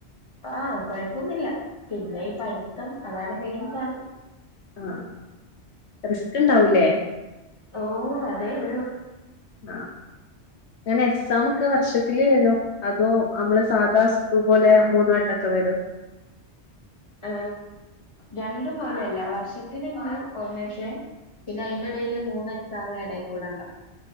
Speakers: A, on the left; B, on the left.
A: ആഹ് കൊഴപ്പൊന്നില്ല പിന്നെ ഈ പഠിത്തം അതാണ് മെയിൻ സാനം
B: ആഹ റിസ്ക്ണ്ടാവൂല്ലേ
A: ഓ അതേ ഉള്ളൂ
B: ആ അങ്ങനെ എക്സമ ഒക്കെ വർഷത്തില് വരോ അതോ നമ്മള് സാധാ സ്കൂൾ പോലെ മൂന്നാട്ടൊക്കെ വരും
A: ഏ രണ്ടും പോലെയല്ല വർഷത്തിനുണ്ട് ഒന്നച്ചേ പിന്നയിന്റെടേല് മൂന്ന് എക്സാമ് എടേകൂടണ്ടാകും